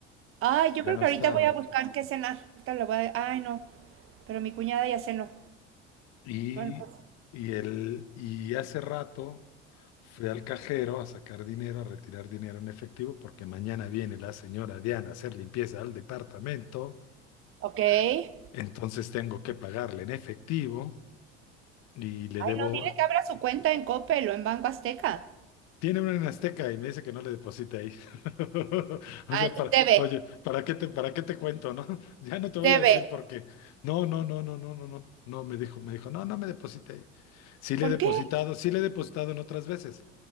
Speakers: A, on the right (about 40°); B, on the left (about 50°).
A: Ay, yo
B: ya
A: creo
B: no
A: que
B: estaban.
A: ahorita voy a buscar qué cenar. Ahorita lo voy a... Ay, no. Pero mi cuñada ya cenó.
B: Y,
A: Bueno, pues,
B: y, el, y hace rato fui al cajero a sacar dinero, a retirar dinero en efectivo, porque mañana viene la señora Diana a hacer limpieza al departamento.
A: ok. Ay,
B: Entonces tengo que pagarle en efectivo y le debo.
A: no, dile que abra su cuenta en Coppel o en Banco Azteca.
B: Tiene una en Azteca y me dice que no le deposite ahí. <laughs> O
A: Ah,
B: sea, para,
A: debe,
B: oye, ¿para qué te, para qué te cuento, no? <laughs> Ya no te
A: debe.
B: voy a decir por qué. No, no, no, no, no, no, no. No, me dijo, me dijo, no, no me deposite ahí. Sí le
A: ¿Por
B: he depositado,
A: qué?
B: sí le he depositado en otras veces,